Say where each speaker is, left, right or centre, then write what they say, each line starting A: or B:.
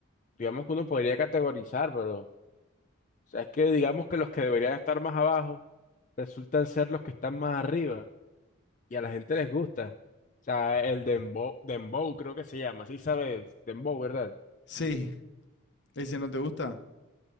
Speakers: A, on the left; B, on the left.
A: digamos que uno podría categorizar, pero, o sea, es que digamos que los que deberían estar más abajo resultan ser los que están más arriba y a la gente les gusta. O sea, el dembow, dembow creo que se llama, sí sabes, dembow, ¿verdad?
B: Sí, ¿ese no te gusta?